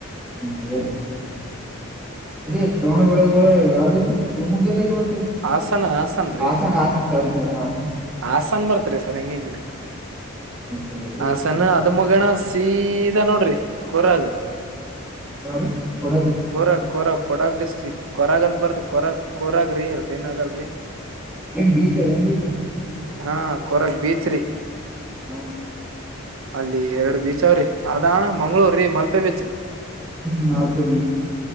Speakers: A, in the centre; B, on the right.
A: ಹ್ಮ ಅದೇ ಶ್ರಾವಣ ಬೆಳಗೋಳ ಯಾವ್ದಷ್ಟು ತಮಗ್ಗದವತರಿ
B: ಹಾಸನ ಹಾಸನ್ ರೀ
A: ಹಾಸನ ಹಾಸನ್ ಸರಿ ಸರಿ ಹಾಸ
B: ಹಾಸನ್ ಬರ್ತರಿ ಸರ್ ಹೆಂಗೆ ಹೆಂಗ್ರ
A: ಹೋಗದ್ರಿ
B: ಹಸನ್ ಅದು ಮುಗೇನ ಸೀ ಇದ ನೋಡ್ರಿ ಕೊರಾಗ
A: ಕಡ
B: ಕೊರ ಕೊರ ಕೊಡಾಗ ಡಿಸ್ಟ್ರಿಕ್ ಕೊರಗ ಅಂತ ಬರ್ತ್ ಕೊರ ಕರಾಗ ರೀ ಇ ಏನ ಅದಲ್ರರಿ
A: ಎನು ಬೀಚ ಏನು
B: ಹಾ ಕೊರಕ್ ಬೀಚ್್ರೀ
A: ಹ್ಮ್
B: ಅಲ್ಲಿ ಎರಡು ಬೀಚ್ ಅವ್ರಿ ಅದಣ ಮಂಗ್ಗಳೂರ್್ರೀ ಮಲ್ಪೆ ಬೀಚ್
A: ಹ್ಮ ನಲ್ತ ಬೀ